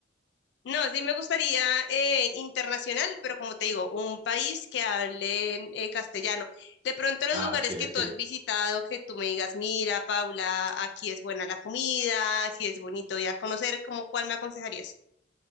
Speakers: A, on the left; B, on the right.
A: No, sí me gustaría eh, internacional, pero como te digo, un país que hable en eh, castellano. De pronto los
B: Ah,
A: lugares
B: ok,
A: que
B: ok.
A: tú has visitado, que tú me digas, mira, Paula, aquí es buena la comida, si es bonito ir a conocer, ¿cómo cuál me aconsejarías?